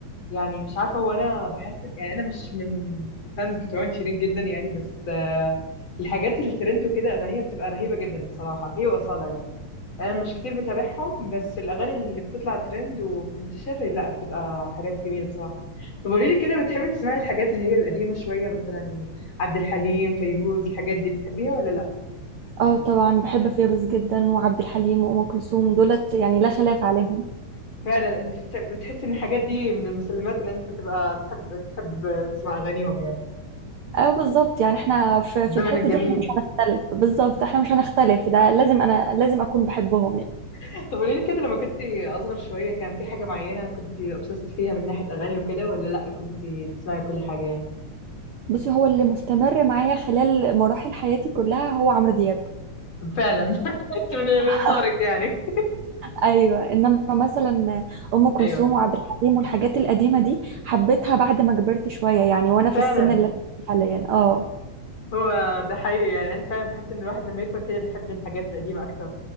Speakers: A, on the left; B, on the right.
A: يعني مش عارفه هو انا بحس إن- يعني انا مش من الفانز بتوع شيرين جدا يعني بس آه، الحاجات الترند وكده اغانيها بتبقى رهيبه جدا بصراحه هي واصاله يعني انا مش كتير بتابعهم بس الاغاني اللي بتطلع ترند وبتنتشر لا بتبقى حاجات جميله بصراحه طب قولي لي كده بتحبي تسمعي الحاجات اللي هي القديمه شويه مثلا عبد الحليم فيروز الحاجات دي بتحبيها ولا لا
B: اه طبعا بحب فيروز جدا وعبد الحليم وأم كلثوم دولت يعني لا خلاف عليهم
A: فعلا انت بتحس ان الحاجات دي من المسلمات ان انت تبقى تحب تحب تسمع اغانيهم يعني
B: اه بالظبط يعني احنا في,
A: في الزمن
B: في الحتة
A: الجميل
B: دي احنا مش هنختلف بالظبط احنا مش هنختلف ده لازم أنا لازم أكون بحبهم يعني
A: <laughs> طب قولي لي كده لما كنت اصغر شويه كان في حاجه معينه كنت obsessed فيها من ناحيه اغاني وكده ولا لا كنت تسمعي كل حاجه يعني
B: بصي هو اللي مستمر معايا خلال مراحل حياتي كلها هو عمرو دياب
A: فعلا <laughs> انت من
B: <laughs>
A: من صغرك يعني
B: ايوه انما مثلا ام كلثوم
A: <laughs> ايوه
B: وعبد الحليم والحاجات القديمه دي حبيتها بعد ما كبرت شويه يعني وانا في
A: فعلا
B: السن اللي انا فيه حاليا اه
A: هو ده حقيقي يعني انا فعلا بحس ان الواحد لما يكبر كده بيحب الحاجات القديمه اكتر